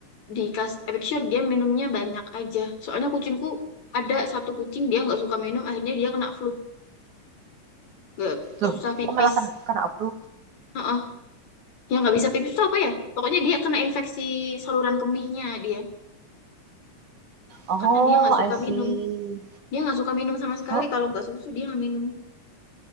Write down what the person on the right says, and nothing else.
Loh,
kok malah kan kena flu?
Oh,
I
see.
Oh,